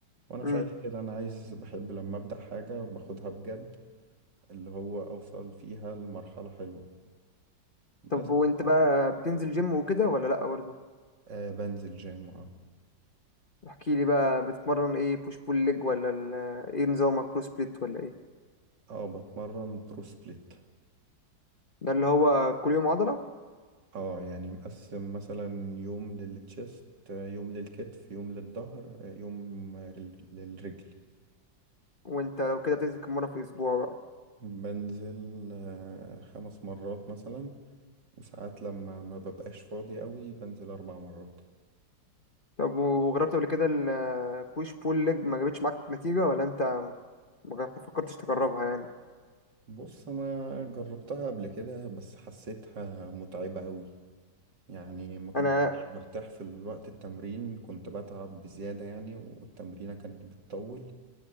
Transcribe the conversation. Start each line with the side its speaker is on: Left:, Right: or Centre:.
Right: وانا مش
Left: امم
Right: عايز كده انا عايز بحب لما ابدأ حاجة باخدها بجد اللي هو اوصل فيها لمرحلة حلوة بس
Left: طب وانت بقى بتنزل جيم وكده ولا لا برضه
Right: آه بنزل جيم اه
Left: احكي لي بقى بتتمرن ايه بوش بول ليج ولا ال- ايه نظامك برو سبليت ولا ايه
Right: اه بتمرن برو سبليت
Left: ده اللي هو كل يوم عضلة
Right: اه يعني مقسم مثلا يوم للتشيست آه، يوم للكتف يوم للظهر آه، يوم آه، لل- للرجل
Left: وانت لو كده بتنزل كم مرة في الأسبوع بقى
Right: بنزل آه خمس مرات مثلا وساعات لما ما ببقاش فاضي قوي بنزل اربع مرات
Left: طب وجربت قبل كده البوش بول ليج ما جابتش معاك نتيجة ولا انت ما جربت- ما فكرتش تجربها يعني
Right: بص انا جربتها قبل كده بس حسيتها متعبة قوي يعني ما كنتش
Left: انا
Right: برتاح في الوقت التمرين كنت بتعب بزيادة يعني والتمرينة كانت بتطول